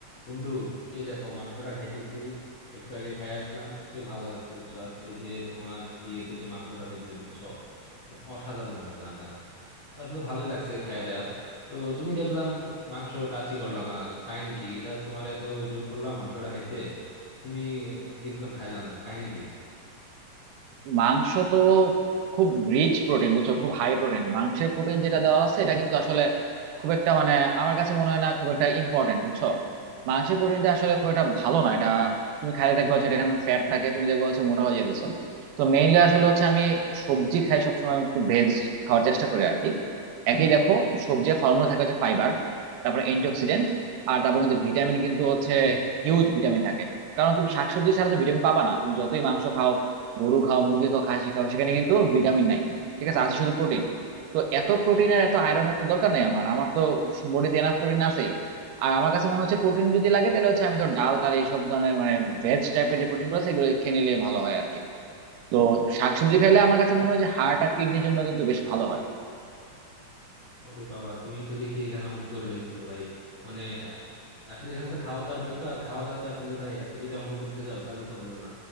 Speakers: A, on the left (about 70°); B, on the right (about 85°).
A: বন্ধু এই দেখো মাংসটা খাইতেছি একটু আগে খাই আসলাম সে ভালো লাগছে বুঝছো আজকে যে তোমার বিয়েতে যে মাংসটা হয়েছে বুঝছো অসাধারণ হয়েছে রান্নাটা তো আসলে ভালোই লাগছে খাইয়া দেয়া তো তুমি দেখলাম মাংস টাচই করলা না তো কাহিনী কি এটা তোমার এত জোর করলাম মাংসটা খাইতে তুমি আহ, দেখলাম খাইলা না কাহিনী কি
B: মাংস তো খুব রিচ প্রোটিন বুঝছো খুব হাই প্রোটিন মাংসের প্রোটিন যেটা দেওয়া আছে এটা কিন্তু আসলে খুব একটা মানে আমার কাছে মনে হয় না খুব একটা ইম্পর্টেন্ট বুঝছো মাংসের প্রোটিনটা আসলে খুব একটা ভালো না এটা তুমি খাইলে দেখবা হচ্ছে এটা এখানে ফ্যাট থাকে তুমি দেখবা হচ্ছে মোটা হয়ে যেতেছো তো মেইনলি আসলে হচ্ছে আমি সবজি খাই সবসময় একটু ভেজ খাওয়ার চেষ্টা করি আর কি একই দেখো সবজি ফলমূল থাকে হচ্ছে ফাইবার তারপর অ্যান্টিঅক্সিডেন্ট আর তারপর কিন্তু ভিটামিন কিন্তু হচ্ছে হিউজ ভিটামিন থাকে কারণ তুমি শাকসবজি ছাড়া তো ভিটামিন পাবা না তুমি যতই মাংস খাও গরু খাও মুরগি খাও খাসি খাও সেখানে কিন্তু ভিটামিন নাই ঠিক আছে আছে শুধু প্রোটিন তো এত প্রোটিন আর এত আয়রনের তো দরকার নেই আমার আমার তো বডিতে এনাফ প্রোটিন আছেই আর আমার কাছে মনে হচ্ছে প্রোটিন যদি লাগে তাহলে হচ্ছে আমি তো ডাল টাল এইসব ধরনের মানে ভেজ টাইপের যে প্রোটিন গুলো আছে এগুলো খেয়ে নিলে ভালো হয় আর কি তো শাকসবজি খাইলে আমার কাছে মনে হয় যে হার্ট আর কিডনির জন্য কিন্তু বেশ ভালো হয়
A: ওরে বাবা তুমি তো দেখি এখানে অঙ্ক করে ফেলতেছো ভাই মানে আহ, আসলে এখানে তো খাওয়া দাওয়ার ব্যাপার খাওয়া দাওয়াতে আসলে ভাই এত যদি অঙ্ক করতে যাও তাহলে তো হলো না